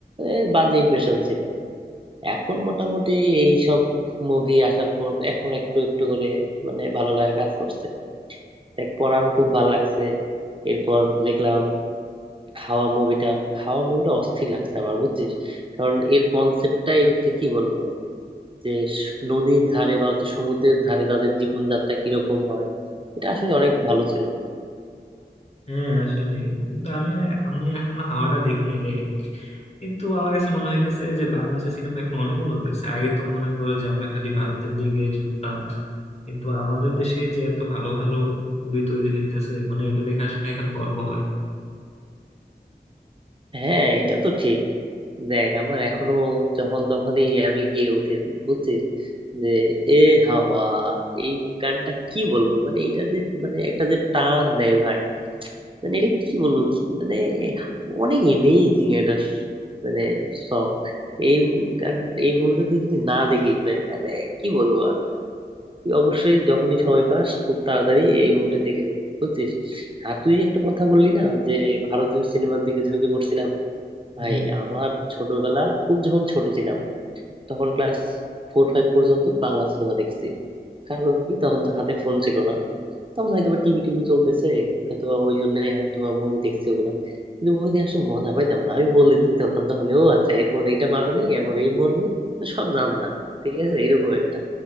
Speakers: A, on the right (about 30°); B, on the left (about 40°).
A: এ, বাজে ইমপ্রেশন ছিল এখন মোটামুটি এই সব মুভি আসার পর এখন একটু একটু করে মানে ভালো লাগা কাজ করছে দেখ পরান খুব ভালো লাগছে এরপর দেখলাম হাওয়া মুভিটা হাওয়া মুভিটা অস্থির লাগছে আমার বুঝছিস কারণ এর কনসেপ্টটাই হচ্ছে কি বলবো যে স- নদীর ধারে বা হচ্ছে সমুদ্রের ধারে তাদের জীবনযাত্রা কিরকম হয় এটা আসলে অনেক ভালো ছিল
B: হ্যাঁ আসলে কিন্তু আমি আমি এখনো হাওয়াটা দেখি নাই রে কিন্তু আমার কাছে মনে হইতেছে যে বাংলাদেশের সিনেমা এখন অনেক উন্নত হয়েছে আগে তো মনে করো যে আমরা খালি ভারতের দিকে ঝুঁকতাম কিন্তু আমাদের দেশে যে এত ভালো ভালো মুভি তৈরি হইতেছে মানে এটা দেখে আসলে এখন গর্ব হয়
A: হ্যাঁ এটা তো ঠিক দেখ আমার এখনো যখন তখনই আমি গিয়ে উঠি বুঝছিস যে এ হাওয়া এই গানটা কি বলবো মানে এটা যে মানে একটা যে টান দেয় ভাই মানে এটা কি বলবো কি মানে এই অনেক এমেজিং একটা স- মানে সং এই গান এই মুভিটা তুই যদি না দেখিস ভাই তাহলে কি বলবো তুই অবশ্যই যখনই সময় পাস খুব তাড়াতাড়ি এই মুভিটা দেখে ফেলি বুঝছিস আর তুই একটা কথা বললি না যে ভারতীয় সিনেমার দিকে ঝুঁকে পড়ছিলাম
B: হুম
A: ভাই আমার ছোটবেলা খুব যখন ছোট ছিলাম তখন ক্লাস ফোর ফাইভ পর্যন্ত বাংলা সিনেমা দেখছি কারণ কি তখন তো হাতে ফোন ছিল না তখন হয়তো বা টিভি টিভি চলতেছে হয়তো বা ওই জন্য হয়তো মুভি দেখছি ওগুলা কিন্তু মুভিতে আসলে মজা পাইতাম না আমি বলে দিতে হতাম তখন ও আচ্ছা এরপর এইটা মারবে এরপর এই মরবে তো সব জানতাম ঠিক আছে এরকম একটা